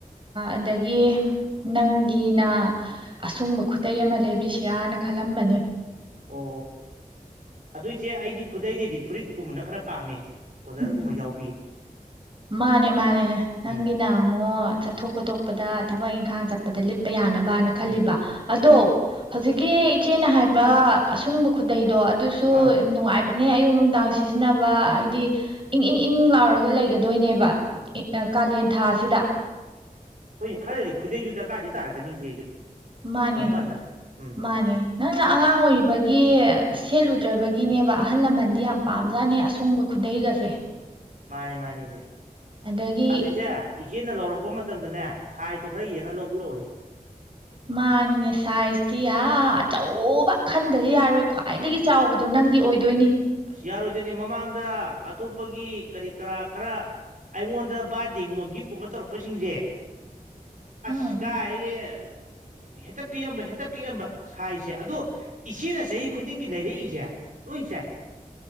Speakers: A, on the right (about 35°); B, on the right (about 60°).
A: ꯑꯗꯒꯤ ꯅꯪꯒꯤꯅ ꯑꯁꯨꯡꯕ ꯈꯨꯇ ꯑꯃ ꯂꯩꯕꯤꯁꯤꯔꯥꯅ ꯈꯜꯂꯝꯕꯅꯤ
B: ꯑꯣ ꯑꯗꯨꯏꯆꯦ ꯑꯩꯗꯤ ꯈꯨꯗꯩꯗꯩꯗꯤ ꯐꯨꯔꯤꯠꯀꯨꯝꯕꯅ ꯈꯔ ꯄꯥꯝꯃꯦ ꯀꯣꯂꯔꯒꯨꯝꯕ
A: ꯎꯝ
B: ꯌꯥꯎꯕꯤ
A: ꯃꯥꯅꯦ ꯃꯥꯅꯦ
B: ꯎꯝ
A: ꯅꯪꯒꯤꯅ ꯑꯃꯨꯛ ꯆꯠꯊꯣꯛ ꯈꯣꯊꯣꯛ ꯆꯠꯄꯗ ꯊꯕꯛ ꯏꯪꯈꯥꯡ ꯆꯠꯄꯗ ꯂꯤꯠꯄ ꯌꯥꯅꯕꯅ ꯈꯜꯂꯤꯕ
B: ꯎꯝ
A: ꯑꯗꯣ ꯍꯧꯖꯤꯛꯀꯤ ꯏꯆꯦꯅ ꯍꯥꯏꯕ ꯑꯁꯨꯡꯕ ꯈꯨꯗꯩꯗꯣ ꯑꯗꯨꯁꯨ
B: ꯑꯥ
A: ꯌꯥꯝ ꯅꯨꯡꯉꯥꯏꯕ ꯅꯦ ꯑꯌꯨꯛ ꯅꯨꯡꯗꯥꯡ ꯁꯤꯖꯤꯟꯅꯕ ꯍꯥꯏꯗꯤ ꯏꯪ ꯏꯪ ꯏꯪ ꯂꯥꯎꯔꯒ ꯂꯩꯒꯗꯣꯏꯅꯦꯕ ꯀꯥꯂꯦꯟ ꯊꯥꯁꯤꯗ
B: ꯍꯣꯏ ꯈꯔꯗꯤ ꯈꯨꯗꯩꯁꯨꯖꯤ ꯗꯔꯀꯥꯗꯤ ꯇꯥꯔꯛꯅꯤ ꯁꯤ ꯑꯩꯁꯨ
A: ꯃꯥꯅꯦ
B: ꯀꯩꯒꯨꯝ ꯀꯥꯟꯗ ꯎꯝ
A: ꯃꯥꯅꯦ ꯅꯪꯅ ꯑꯉꯥꯡ ꯑꯣꯏꯔꯤꯕꯒꯤ ꯁꯦꯠꯂꯨꯗ꯭ꯔꯕꯒꯤꯅꯦꯕ ꯑꯍꯜ ꯂꯃꯟꯗꯤ ꯌꯥꯝ ꯄꯥꯝꯃꯤ ꯑꯣꯝꯖꯥꯅꯦ ꯑꯁꯨꯡꯕ ꯈꯨꯗꯩꯒꯁꯦ
B: ꯃꯥꯅꯦ ꯃꯥꯅꯤ ꯏꯁꯦ
A: ꯑꯗꯒꯤ
B: ꯑꯗꯨꯏꯁꯦ ꯏꯆꯦꯅ ꯂꯧꯔꯛꯄ ꯃꯇꯝꯗꯅꯦ ꯁꯥꯏꯖꯇꯨ ꯈꯔ ꯌꯦꯡꯉ ꯂꯧꯕꯤꯔꯛꯑꯣ
A: ꯃꯥꯅꯤꯅꯦ ꯁꯥꯏꯖꯇꯤ ꯑ ꯑꯆꯧꯕ ꯈꯟꯗꯗꯤ ꯌꯥꯔꯣꯏ ꯈ꯭ꯋꯥꯏꯗꯒꯤ ꯆꯥꯎꯕꯗꯣ ꯅꯪꯒꯤ ꯑꯣꯏꯗꯣꯏꯅꯤ
B: ꯌꯥꯔꯣꯏꯗꯣꯏꯅꯤ ꯃꯃꯥꯡꯗ ꯑꯇꯣꯞꯄꯒꯤ ꯀꯔꯤ ꯀꯔꯥ ꯈꯔ ꯑꯩꯉꯣꯟꯗ ꯕꯥꯔꯗꯦꯒꯨꯝꯕ ꯒꯤꯐꯀꯨꯝꯕ ꯇꯧꯔꯛꯄꯁꯤꯡꯁꯦ ꯑꯁ
A: ꯎꯝ
B: ꯀꯥ ꯌꯦ ꯍꯦꯛꯇ ꯄꯤꯛꯑꯝꯕ ꯍꯦꯛꯇ ꯄꯤꯛꯑꯝꯕ ꯁꯥꯏꯖꯁꯦ ꯑꯗꯣ ꯏꯆꯦꯅ ꯆꯍꯤ ꯈꯨꯗꯤꯡꯒꯤ ꯂꯩꯔꯛꯏꯁꯦ ꯂꯣꯏ ꯆꯥꯏ